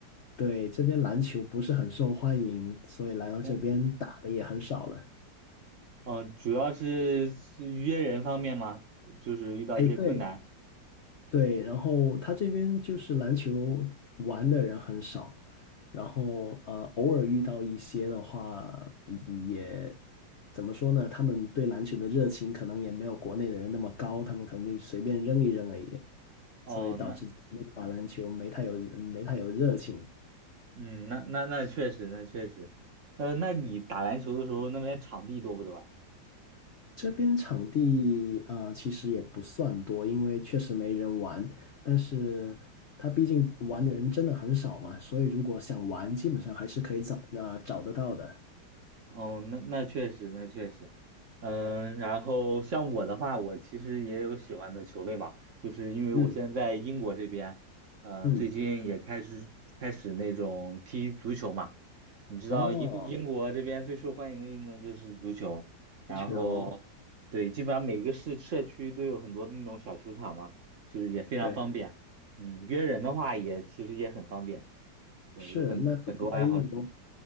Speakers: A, on the left; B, on the right.
A: 对，这边篮球不是很受欢迎，所以来到这边打的也很少了。
B: <laughs> 嗯，主要是是约人方面嘛，就是遇到一些困难。
A: 哎，对对，然后他这边就是篮球玩的人很少，然后呃，偶尔遇到一些的话，也怎么说呢？他们对篮球的热情可能也没有国内的人那么高，他们可能就随便扔一扔而已，
B: 哦，
A: 所以导致这边打篮球没太有没太有热情。
B: 那。嗯，那那那确实，那确实，呃，那你打篮球的时候，那边场地多不多呀？
A: 这边场地啊、呃其实也不算多，因为确实没人玩。但是他毕竟玩的人真的很少嘛，所以如果想玩，基本上还是可以找那、找得到的。
B: 哦，那那确实，那确实，嗯，然后像我的话，我其实也有喜欢的球类嘛，就是因为我现在在英国这边，
A: 嗯
B: 呃，
A: 嗯，
B: 最近也开始开始那种踢足球嘛，你知道英英国这边最受欢迎的运动就是足球，
A: 哦，
B: 然后对，
A: 足球，
B: 基本上每个市社区都有很多那种小球场嘛，就是也非常方便，
A: 对，
B: 嗯，约人的话也其实也很方便，对，
A: 是。
B: 有很。
A: 那如果在英国，
B: 很多爱好者。